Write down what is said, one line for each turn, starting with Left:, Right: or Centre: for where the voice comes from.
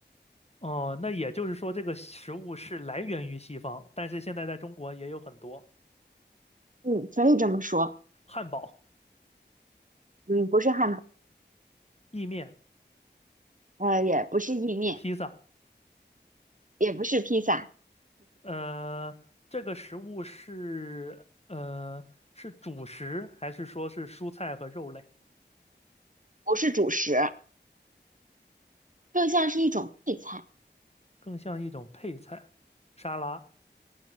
Left: 哦，那也就是说，这个食物是来源于西方，但是现在在中国也有很多
Right: 嗯，可以这么说，
Left: 汉堡、
Right: 嗯，不是汉堡，
Left: 意面、
Right: 呃，也不是意面，
Left: 披萨。
Right: 也不是披萨，
Left: 呃，这个食物是呃是主食，还是说是蔬菜和肉类？
Right: 不是主食。更像是一种配菜。
Left: 更像一种配菜、沙拉。